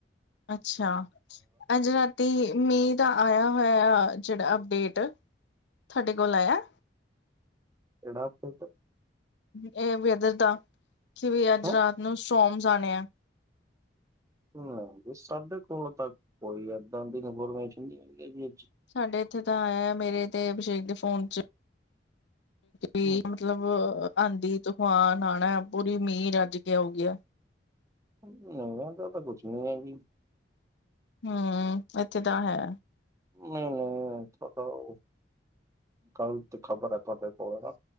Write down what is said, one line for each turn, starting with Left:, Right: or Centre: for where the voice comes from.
Left: ਅੱਛਾ ਅੱਜ ਰਾਤੀ ਮੀਂਹ ਦਾ ਆਇਆ ਹੋਇਆ ਜਿਹੜਾ ਅਪਡੇਟ ਤੁਹਾਡੇ ਕੋਲ ਆਇਆ?
Right: ਕਿਹੜਾ ਭੂਤ?
Left: ਇਹ ਵੀ ਏਦਰ ਤਾਂ ਕਿ ਵੀ ਅੱਜ
Right: ਹੈਂ
Left: ਰਾਤ ਨੂੰ ਸਤਰੋਮਜ ਆਣੇ ਆ
Right: ਹਮ ਆ ਵੀ ਸਾਡੇ ਕੋਲ ਤਾਂ ਕੋਈ ਇਦਾਂ ਦੀ ਇਨਫੋਰਮੇਸ਼ਨ ਨਹੀਂ ਹੈਗੀ ਜੀ
Left: ਸਾਡੇ ਇੱਥੇ ਤਾਂ ਇਹ ਆ ਮੇਰੇ ਤੇ ਅਭਿਸ਼ੇਕ ਦੇ ਫੋਨ ਚ ਵੀ
Right: ਇਹ 'ਚ।
Left: ਮਤਲਬ। ਆਂਧੀ ਤਫਾਨ ਆਉਣਾ ਪੂਰੀ ਮੀਹ ਰੱਜ ਕੇ ਆਉਗੀ
Right: ਨਹੀਂ ਏਧਰ ਤਾਂ ਕੁਛ ਨੀ ਹੈਗੀ
Left: ਹਮ ਇੱਥੇ ਤਾਂ ਹੈ।
Right: ਨਹੀਂ ਨਹੀਂ ਤੁਹਾਡਾ ਉਹ ਗਲਤ ਖ਼ਬਰ ਹੈ ਤੁਹਾਡੇ ਕੋਲ